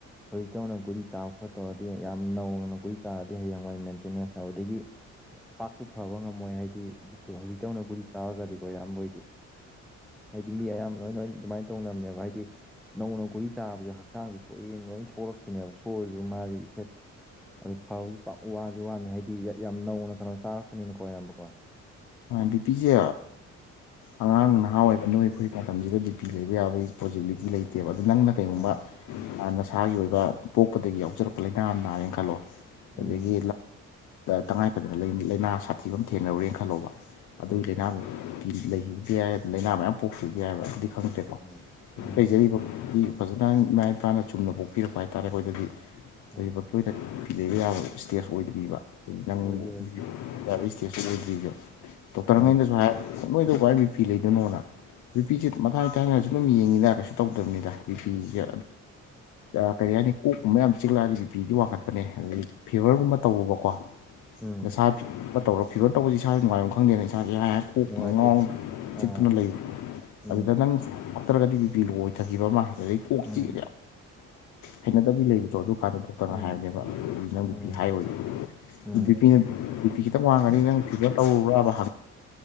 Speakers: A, in the centre; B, on the left.
A: ꯍꯧꯖꯤꯛꯛꯇꯧꯅ ꯒꯨꯔꯤ ꯆꯥꯕ ꯈꯣꯠꯇꯧꯔꯗꯤ ꯌꯥꯝ ꯅꯧꯅ ꯒꯨꯔꯤ ꯆꯥꯔꯗꯤ ꯍꯌꯦꯡꯋꯥꯏ ꯃꯦꯟꯇꯦꯅꯦꯟꯁ ꯇꯧꯕꯗꯒꯤ ꯄꯥꯛꯇꯨ ꯐꯕ ꯉꯝꯃꯣꯏ ꯍꯥꯏꯗꯤ ꯍꯧꯖꯤꯛꯛꯇꯧꯅ ꯒꯨꯔꯤ ꯆꯥꯔꯒꯗꯤꯀꯣ ꯌꯥꯝꯕꯣꯏꯗꯤ ꯍꯥꯏꯗꯤ ꯃꯤ ꯑꯌꯥꯝꯕ ꯂꯣꯏꯣꯏ ꯑꯗꯨꯃꯥꯏꯅ ꯇꯧꯅꯕꯅꯦꯕ ꯍꯥꯏꯗꯤ ꯅꯧꯅ ꯒꯨꯔꯤ ꯆꯥꯕꯁꯦ ꯍꯛꯆꯥꯡꯁꯨ ꯁꯣꯛꯑꯦꯅ ꯂꯣꯏ ꯁꯣꯛꯂꯛꯇꯦꯅꯦꯕ ꯁꯣꯛꯑꯁꯨ ꯃꯥꯁꯦ ꯏꯐꯦꯛ ꯑꯗꯨ ꯐꯕꯁꯨ ꯋꯥꯁꯨ ꯋꯥꯅꯤ ꯍꯥꯏꯗꯤ ꯌꯥꯝ ꯅꯧꯅ ꯀꯩꯅꯣ ꯆꯥꯔꯛꯄꯅꯤꯅ ꯀꯌꯥꯝꯕꯀꯣ
B: ꯕꯤꯄꯤꯁꯦ ꯑꯉꯥꯡ ꯅꯍꯥ ꯑꯣꯏꯕ ꯅꯨꯃꯤꯠ ꯑꯩꯈꯣꯏ ꯃꯇꯝꯁꯤꯗ ꯕꯤ ꯄꯤ ꯂꯩꯕ ꯌꯥꯕꯒꯤ ꯄꯣꯖꯤꯕꯤꯂꯤꯇꯤ ꯂꯩꯇꯦꯕ ꯑꯗꯨꯗ ꯅꯪꯅ ꯀꯩꯒꯨꯝꯕ
A: ꯎꯝ
B: ꯅꯁꯥꯒꯤ ꯑꯣꯏꯕ ꯄꯣꯛꯄꯗꯒꯤ ꯌꯥꯎꯖꯔꯛꯄ ꯂꯥꯏꯅꯥ ꯑꯃ ꯅꯥꯔꯦꯅ ꯈꯜꯂꯣ
A: ꯎꯝ
B: ꯑꯗꯒꯤ ꯇꯉꯥꯏꯐꯗꯅ ꯂꯥꯏꯅꯥ ꯁꯥꯊꯤꯕ ꯊꯦꯡꯅꯔꯨꯔꯦꯅ ꯈꯜꯂꯧꯕ
A: ꯎꯝ
B: ꯑꯗꯨꯒꯤ ꯂꯥꯏꯅꯥ ꯂꯩꯈꯤꯕꯗꯤ ꯌꯥ ꯂꯥꯏꯅꯥ ꯃꯌꯥꯝ ꯄꯣꯛꯈꯤꯕꯕꯗꯤ ꯌꯥꯏꯑꯕ ꯑꯗꯨꯗꯤ ꯈꯪꯗꯦ
A: ꯎꯝ ꯎꯝ
B: ꯂꯩꯖꯔꯤꯕꯗꯤ ꯐꯖꯅ ꯏꯃꯥ ꯏꯄꯥꯅ ꯆꯨꯝꯅ ꯄꯣꯛꯄꯤꯔꯛꯄ ꯍꯥꯏꯇꯥꯥꯔꯦ ꯑꯩꯈꯣꯏꯗꯗꯤ ꯑꯩꯈꯖꯤ
A: ꯎꯝ
B: ꯇꯣꯏꯗ ꯄꯤ ꯂꯩꯕ ꯌꯥꯕ ꯏꯁꯇꯦꯖ ꯑꯣꯏꯗ꯭ꯔꯤꯕ ꯅꯪ
A: ꯑꯣꯏꯗꯤ ꯑꯣꯏꯗꯦ
B: ꯌꯥ ꯏꯁꯇꯦꯖꯇ ꯑꯣꯏꯗ꯭ꯔꯤꯔꯤꯕꯣ ꯗꯣꯛꯇꯔꯉꯩꯗꯁꯨ
A: ꯎꯝ
B: ꯍꯥꯏ ꯅꯣꯏꯗꯧ ꯀꯏ ꯕꯤ ꯐꯤ ꯂꯩꯗꯣꯏꯅꯣꯅ ꯕꯤꯄꯤꯤꯁꯦ ꯃꯊꯥꯡ ꯊꯪꯅꯁꯨ ꯑꯗꯨꯝ ꯌꯦꯡꯉꯤꯗ ꯀꯩꯁꯨ ꯇꯧꯗꯕꯅꯤꯗ ꯕꯤꯄꯤꯤꯁꯦ ꯑ ꯀꯔꯤ ꯍꯥꯏꯅꯤ ꯀꯣꯛꯀꯨꯝꯕ ꯌꯥꯝ ꯆꯛꯂꯛꯑꯗꯤꯄꯤꯤꯗꯤ ꯋꯥꯡꯈꯠꯄꯅꯦ ꯑꯗꯨꯗꯤ ꯐꯤꯕꯔꯒꯨꯝꯕ ꯇꯧꯕꯨꯕꯀꯣ
A: ꯎꯝ
B: ꯅꯁꯥ ꯐꯤ ꯇꯧꯔꯣ ꯐꯤꯕꯔ ꯇꯧꯕꯁꯤ ꯏꯁꯥꯁꯨ ꯉꯥꯏꯔꯝ ꯈꯪꯗꯦꯅ ꯏꯁꯥꯁꯦ ꯍꯥꯏ ꯉꯥꯎ
A: ꯅꯨꯡꯉꯥꯏꯇꯦ ꯑꯥ
B: ꯆꯤꯛꯇꯨꯅ ꯂꯩ
A: ꯎꯝ
B: ꯑꯗꯨꯗ ꯅꯪ ꯅꯠꯇ꯭ꯔꯒꯗꯤ ꯌꯄꯤ ꯂꯣꯏꯊꯈꯤꯕ ꯑꯃ ꯑꯗꯨꯗꯩ ꯀꯣꯛ
A: ꯎꯝ
B: ꯆꯤ ꯍꯩꯅꯗꯕꯤ ꯂꯩꯕꯗꯣ ꯑꯗꯨ ꯀꯥꯟꯗ ꯊꯣꯛꯇꯅ
A: ꯎꯝ
B: ꯍꯥꯏꯕꯅꯦꯕ ꯅꯪ
A: ꯎꯝ
B: ꯄꯤ ꯍꯥꯏꯌ
A: ꯎꯝ
B: ꯕꯤꯄꯤꯅ ꯕꯤꯄꯤ ꯈꯤꯇꯪ ꯋꯥꯡꯉꯅꯤ ꯅꯪ ꯐꯤꯚꯔ ꯇꯧꯔꯨꯕ꯭ꯔꯥꯕ ꯍꯪꯕ